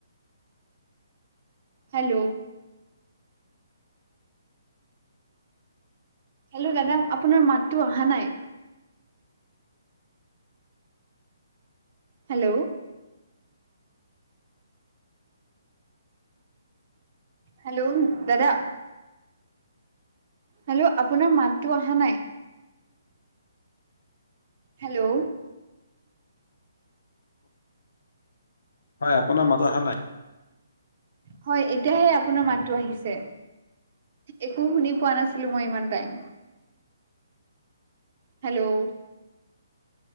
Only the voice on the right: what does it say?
হেল্ল' হেল্ল' দাদা আপোনাৰ মাতটো অহা নাই। হেল্ল' হেল্ল' দাদা হেল্ল' আপোনাৰ মাতটো অহা নাই হেল্ল'।
হয় এতিয়াহে আপোনাৰ মাতটো আহিছে। একো শুনি পোৱা নাছিলোঁ মই ইমান টাইম। হেল্ল'